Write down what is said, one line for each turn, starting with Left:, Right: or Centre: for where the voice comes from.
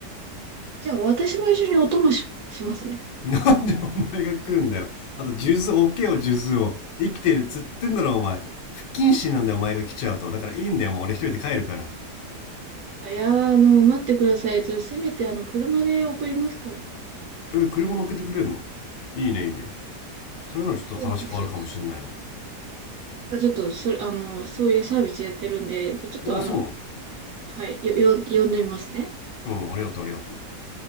Right: じゃあ、私も一緒にお供し、しますね。
Left: なんでお前が食うんだよ。あと、数珠置けよ、数珠を。生きてるっつってんだろ、お前。不謹慎なんだよ、お前が来ちゃうと。だからいいんだよ、もう俺一人で帰るから。
Right: あいやー、あの、待ってください。ちょっとせめて、あの、車で送りますから。
Left: え、車乗っけてくれんのいいね、いいね。それならちょっと話変わるかもしんないわ。
Right: そうなんですよ。ちょっと、それ、あの、そういうサービスやってるんで、じゃちょっとあの、
Left: ああ、そう
Right: はい、よ、よ、呼んでみますね。
Left: なのうん、ありがとう、ありがとう。